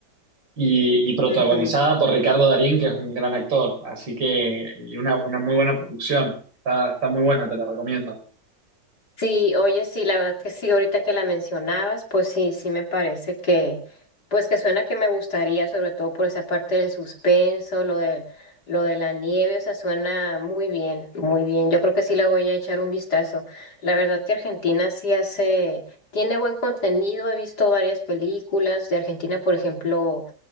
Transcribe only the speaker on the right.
y, y protagonizada
por Ricardo Darín, que es un gran actor. Así que, y una, una muy buena producción. Está, está muy buena, te la recomiendo.